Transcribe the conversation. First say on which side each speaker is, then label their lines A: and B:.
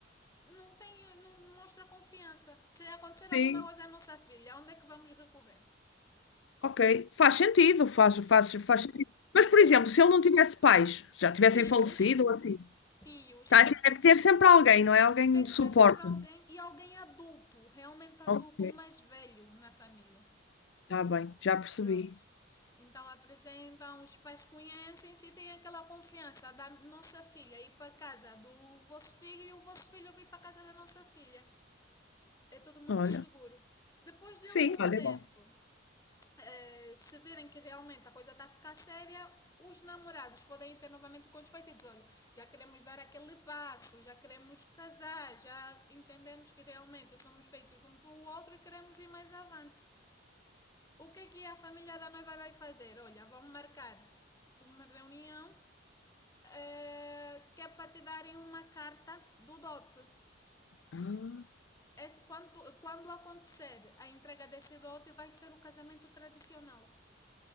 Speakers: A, on the left (about 20°); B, on the left (about 70°).
A: não tem, não mostra confiança. Se acontecer alguma
B: Sim,
A: coisa à nossa filha, onde é que vamos recorrer?
B: ok. Faz sentido, faz, faz, faz sentido. Mas, por
A: Eh,
B: exemplo, se ele não tivesse pais, já tivessem
A: tios,
B: falecido ou assim,
A: tios.
B: tá, tinha que ter sempre alguém, não é? Alguém
A: Tem
B: de
A: que
B: suporte.
A: ter sempre alguém e alguém adulto, realmente adulto,
B: Ok,
A: um mais velho na família.
B: tá bem, já percebi.
A: Pronto. Então apresentam, os pais conhecem-se e têm aquela confiança da nossa filha ir para casa do vosso filho e o vosso filho vir para casa da nossa filha. é tudo muito
B: Olha,
A: seguro. Depois de
B: sim,
A: algum
B: olha.
A: tempo, eh, se verem que realmente a coisa está a ficar séria, os namorados podem ter novamente com os pais e dizer: olha, já queremos dar aquele passo, já queremos casar, já entendemos que realmente somos feitos um para o outro e queremos ir mais avante. O que é que a família da noiva vai fazer? Olha, vão marcar uma reunião eh, que é para te darem uma carta do dote.
B: Ah,
A: Esse, quando, quando acontecer a entrega desse dote, vai ser o casamento tradicional.